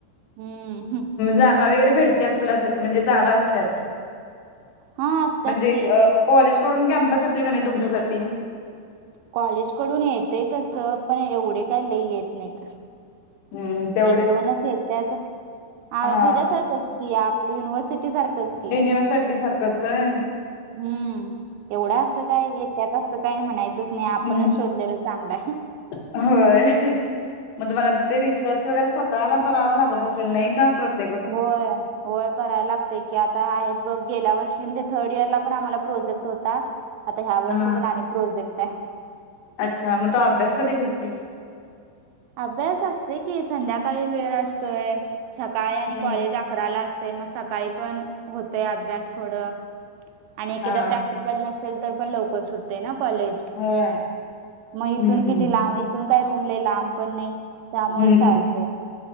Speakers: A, on the right; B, on the left.
A: हम् <unintelligible>
B: जागा वगैरे भेडत्यात तुला तिथ म्हणजे जागा असल्यात,
A: हा असतात
B: म्हणजे
A: की
B: अ कॉलेज कडून कॅम्पस येतोय का नाही तुमच्यासाठी.
A: कॉलेज कडून येतय तंस पण एवढे काय लई येत नाहीत.
B: हम्म तेवढेच
A: एक दोनच येत्यात, आ
B: हा
A: ह्याच्यासारखंच की आपलं युनिव्हर्सिटी सारखंच. की
B: युनिव्हर्सिटी सारखंच वय.
A: हम्म एवढा असं काय येत्यात असं काय म्हणाय च नाही आपणच
B: हम्म
A: शोधलेलं चांगला आहे.
B: होय, मग तुम्हाला आता ते रिसर्च वगैरे स्वतःला करावं लागत असेल नाही का? प्रत
A: होय. होय कराय लागतय की आता आहेत बघ गेल्या वर्षी म्हणजे थर्ड इयर ला पण आम्हाला प्रोजेक्ट होता. आता ह्या वर्षी
B: हा
A: पण आणि प्रोजेक्ट आहे.
B: अच्छा मग तू अभ्यास कधी करतीस.
A: अभ्यास असते की संध्याकाळी वेळ असतोय सकाळी आणि
B: हम्म
A: कॉलेज अकराला असतंय मग सकाळी पण होतय अभ्यास थोड. आणि एकीदा
B: हा
A: प्रॅक्टिकल नसेल तर पण लवकर सुटते ना कॉलेज.
B: होय
A: मग इथून
B: हम्म
A: किती लांब इथून काय रूम लई लांब पण नाही त्यामुळ
B: हम्म
A: चालतय.
B: हम्म